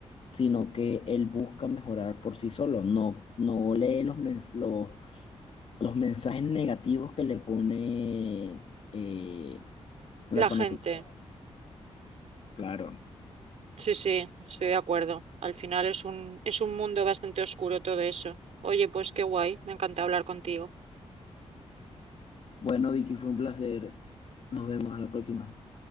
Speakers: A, on the left; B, on the right.
A: sino que él busca mejorar por sí solo. No, no lee los, mens- los, los mensajes negativos que le pone eh, la
B: La
A: fanática.
B: gente.
A: Claro.
B: Sí, sí, estoy de acuerdo. Al final es un, es un mundo bastante oscuro todo eso. Oye, pues qué guay, me encanta hablar contigo.
A: Bueno, Vicky, fue un placer. Nos vemos a la próxima.